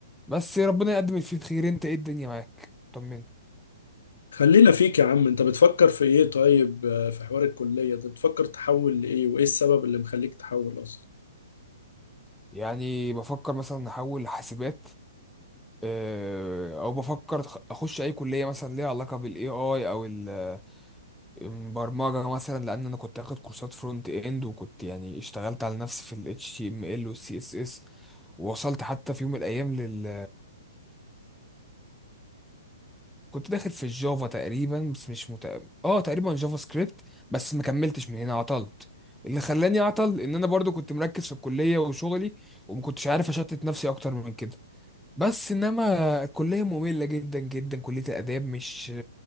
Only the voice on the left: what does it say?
خلينا فيك يا عم انت بتفكر في ايه طيب آه، في حوار الكليه ده بتفكر تحول لايه وايه السبب اللي مخليك تحول اصلا